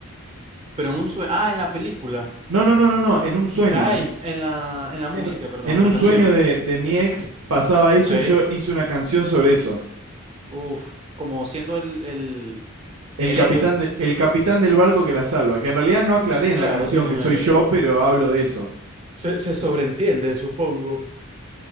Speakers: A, on the right; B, on the right.
A: Pero en un sueño. Ah, en la película.
B: No, no, no, no, no, en un sueño.
A: Ay,
B: En,
A: en la, en la música,
B: en-
A: perdón,
B: en
A: en
B: un
A: la canción.
B: sueño de, de mi ex pasaba eso
A: Ok.
B: y yo hice una canción sobre eso.
A: Uf, como siendo el, el,
B: El
A: el
B: capitán,
A: héroe.
B: de- el capitán del barco que la salva, que en realidad no aclaré en
A: Claro,
B: la canción
A: siendo
B: que
A: un
B: soy
A: héroe.
B: yo, pero hablo de eso.
A: Se, se sobreentiende, supongo.